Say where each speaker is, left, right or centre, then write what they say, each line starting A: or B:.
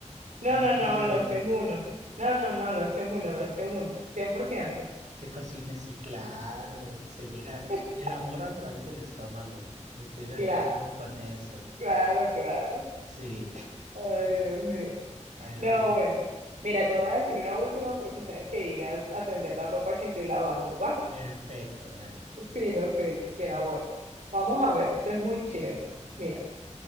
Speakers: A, on the right; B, on the right.
A: No,
B: no
A: no,
B: cumplidor?
A: no, la opción uno. No, no, no, la opción uno, la opción uno, 100%.
B: Que cocine, sí, claro. Se llega
A: <laughs>
B: el amor a través del estómago. Estoy de
A: Claro,
B: acuerdo con eso.
A: claro, claro.
B: Sí,
A: Ay, Dios mío.
B: <laughs> a ver,
A: No,
B: dale.
A: bueno. Mira, te voy a decir una última porque tengo que ir a atender la ropa que estoy lavando, ¿va?
B: Perfecto, dale.
A: Fino, fino. Mira, voy. Vamos a ver, esto es muy chévere. Mira,